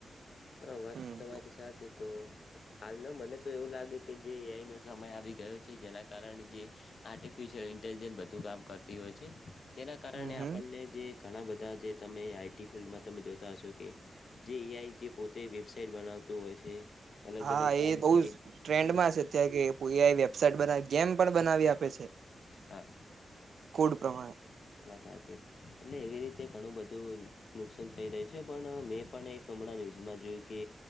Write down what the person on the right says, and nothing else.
હમ
હમ હમ
હા
એ બોવ
જ ટ્રેન્ડ
માં છે. કે એઆઈ વેબસાાઈટ બનાવે ગેમ પણ બનાવી આપે છે.
કોડ પ્રમાણે